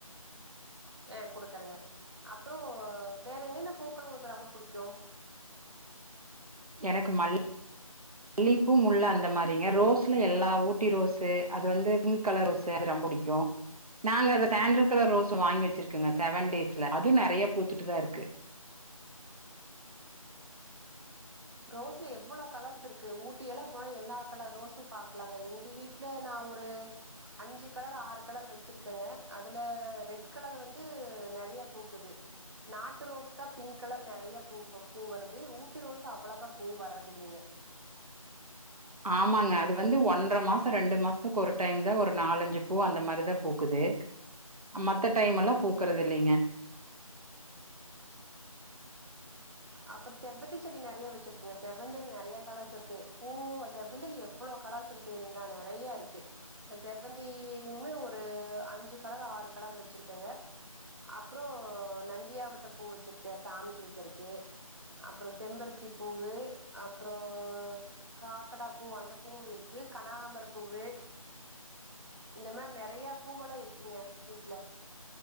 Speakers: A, on the right; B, on the right.
A: ஆ குடுக்குறங்க அப்றோ வேற என்னென்ன பூக்கள் உங்களுக்கு ரொம்ப புடிக்கு
B: எனக்கு மல் மல்லிப்பூ முள்ள அந்த மாரிங்க ரோஸ்லா எல்லா ஊட்டி ரோஸு அது வந்து ம் கலர் ரோசு அது ரொம்ப புடிக்கு நாங்க அத சாண்டில் கலர் ரோசு வாங்கி வச்சிருக்கங்க செவன் டேஸ்ல அது நெறைய பூத்துட்டு தா இருக்கு
A: ரோஸ்ல எவ்ளோ கலர்ஸ் இருக்கு ஊட்டியெல்லா போனா எல்லா கலர் ரோஸு பாக்லாங்க எங்க வீட் ல நா ஒரு அஞ்சு கலர் ஆறு கலர் வச்சிருக்கங்க அதுல ரெட் கலர் வந்து நறைய பூக்குது நாட்டு ரோஸ் தா பிங்க் கலர் நறையா பூக்கும் பூ வருது ஊட்டி ரோஸ் அவ்ளோ கா பூ வர்றது இல்லைங்க
B: ஆமாங்க அது வந்து ஒன்ற மாசம் ரெண்டு மாசத்துக்கு ஒரு டைம் தா ஒரு நாலஞ்சு பூ அந்த மாரிதா பூக்குது மத்த டைம்லா பூக்குறது இல்லைங்க
A: அப்றோ செவ்வந்தி செடி நறையா வச்சிருக்குங்க செவ்வந்தில நறைய கலர்ஸ் இருக்கு பூ செவ்வந்தில எவ்ளோ கலர்ஸ் இருக் குதுங்ளா நறையா இருக்கு செவ்வந்திமே ஒரு அஞ்சு கலர் ஆறு கலர் வச்சிருக்குங்க அப்றோ நந்தியாவட்ட பூ வச்சுருக்க சாமிக்கு வைக்கிறக்கு அப்றோ செம்பருத்தி பூவு அப்றோ காக்கட்டா பூ அந்த பூவும் இருக்கு கனகாம்பர பூவு இந்த மாரி நெறைய பூவெல்லா இருக்குங்க வீட்ல